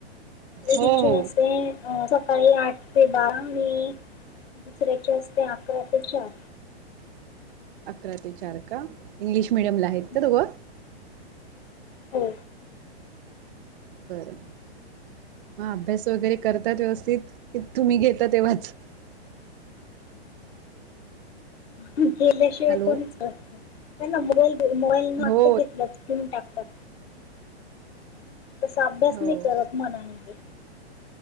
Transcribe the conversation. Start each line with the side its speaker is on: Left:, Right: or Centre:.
Left: एक
Right: हो
Left: खीच अस.
Right: हो
Left: सकाळी आठ ते बारा आणि दुसऱ्याचे असते अकरा ते चार.
Right: अकरा ते चार का इंग्लिश मिीडियमला आहेत
Left: हम्म.
Right: का दोघ.
Left: हो.
Right: बरं मग अभ्यास वगैरे करतात व्यवस्थित की तुम्ही घेता तेव्हाच.
Left: गेल्याशिवाय
Right: हॅलो
Left: कोणीच नाही ना मोबाईल मोबाईल न
Right: हो
Left: आता घेतला. <unintelligible> ठेवून टाकतात तसा अभ्यास
Right: हो
Left: नाही करत मनाने.